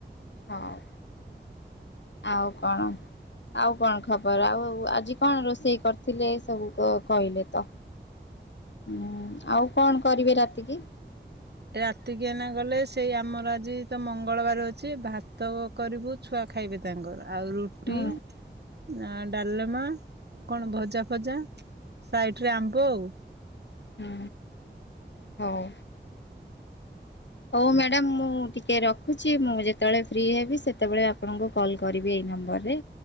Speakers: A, on the left; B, on the right.
A: ହଉ ଆଉ କଣ? ଆଉ କଣ ଖବର ଆଉ ଆଜି କଣ ରୋଷେଇ କରିଥିଲେ ସବୁ କ କହିଲେ ତ। ମୁଁ ଆଉ କଣ କରିବେ ରାତିକି?
B: ରାତି କିି ଏନା ଗଲେ ସେଇ ଆମର ଆଜି ତ ମଙ୍ଗଳବାର ଅଛି ଭାତ କରିବୁ ଛୁଆ ଖାଇବେ ତାଙ୍କର ଆଉ ରୁଟି
A: ହୁଁ
B: ନାଁ ଡାଲେମା କଣ ଭଜା ଫଜା ସାଇଟ୍ ରେ ଆମ୍ବ ଆଉ।
A: ହଁ ହଁ ହଉ। ହଉ ମ୍ୟାଡ଼ାମ୍ ମୁଁ ଟିକେ ରଖୁଚି ମୁଁ ଯେତୋଳେ ଫ୍ରି ହେବି ସେତବେଳେ ଆପଣଙ୍କୁ କଲ୍ କରିବି ଏଇ ନମ୍ବର୍ ରେ